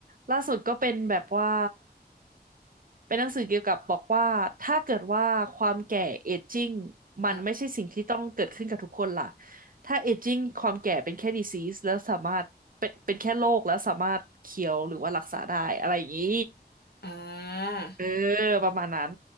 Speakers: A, on the right (about 55°); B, on the left (about 70°).
A: ล่าสุดก็เป็นแบบว่าเป็นหนังสือเกี่ยวกับบอกว่าถ้าเกิดว่าความแก่เอจจิ้งมันไม่ใช่สิ่งที่ต้องเกิดขึ้นกับทุกคนล่ะ
B: อ่ะ
A: ถ้าเอจจิ้งความแก่เป็นแค่ disease แล้วสามารถเป็นเป็นแค่โรคแล้วสามารถเคียวหรือว่ารักษาได้อะไรอย่างนี้
B: อ่า
A: เออประมาณนั้น